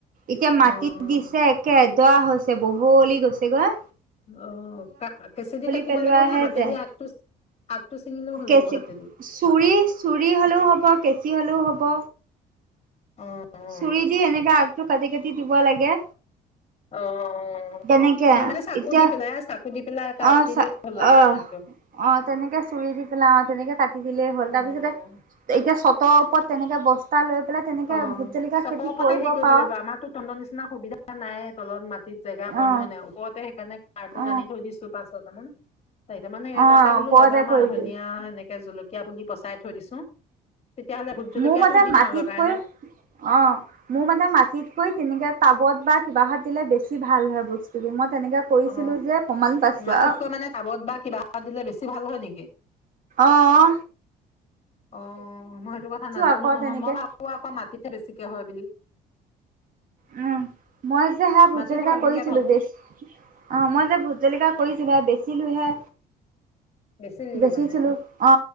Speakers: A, on the right; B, on the left.
A: এতিয়া মাটি
B: অ', অ',
A: দিছে একে যোৱা হৈছে বহলি গৈছে গৈ।
B: অ', কা', কেঁচিদি কাটিব
A: পেলোৱাহে
B: লাগিব ন', হাতেদি
A: যায়
B: আগটো আগটো ছিঙিলেও হৈ
A: কেঁচি,
B: যাব হাতেদি?
A: চুৰি -চুৰি হলেও হ'ব, কেঁচি হলেও হ'ব।
B: অ', অ',
A: চুৰি দি এনেকাে আগটো কাটি -কাটি দিব লাগে।
B: অ',
A: তেনেকে
B: চুৰি মানে চাকু
A: এতিয়া
B: দি পেলাই চাকু দি পেলাই কাটিলে
A: অ', চ',
B: হ'ল আৰু
A: আহ',
B: মানে আকৌ।
A: অ', তেনেকে চুৰি দি পেলাই অ', তেনেকে কাটি দিলেই হ'ল,
B: অ',
A: তাৰ পিছতে এতিয়া চ তৰ ওপৰত তেনেকে বস্তা লৈ পেলাই তেনেকে
B: অ',
A: ভোট জলকীয়া
B: চপৰ
A: খেতি
B: ওপতে হেৰি কৰিব
A: পাৰ
B: লাগিব আমাৰতো তহঁতৰ নিচিনা সুবিধা নাই তলত মা টিত জেগা বনোৱে
A: অ
B: নাই ওপৰতে সেইকাৰণে কাৰটো
A: অ
B: নানি থৈ দিছো পাছত চামন চাৰিটা মানে
A: অ
B: তাতে বোলো
A: ওপৰতে
B: লগাম
A: কৰিবি
B: আৰু ধনিয়া সেনেকে জলকীয়া পুলি পচাই থৈ দিছো তেতিয়াহ'লে ভোট জলকীয়াাতটো
A: মোৰ মতে
B: দিম
A: মাটিতকৈ
B: অলপ
A: মোৰ মানে মাটিতকৈ তেনেকে তাবত কিবাত দিলে বেছি ভাল হয় বস্তুবোৰ মই তেনেকে কৰিছিলো
B: অ
A: যে প্ৰমাণ পাইছো
B: মাটিতকৈ
A: আৰু
B: মানে টাবত বা কিবা এটা দিলে বেছি ভাল হয় নেকি
A: অহ
B: অ মই সেইটো কথা নাজানো
A: আকৌ
B: নহয়
A: তেনেকে
B: মই ভাবো আকৌ মাটিতহে বেছিকে হয় বুলি
A: উম মই যে সেয়া ভোট
B: মাটিত
A: জলিকা
B: হয় বুলিহে
A: কৰিছিলো
B: ভাবো।
A: বেছ অ মই যে ভোট জলিকা
B: অ',
A: কৰিছিলো হে বেছ ছিলোহে
B: বেচিলিহে
A: বেচিছিলো
B: মানে
A: অ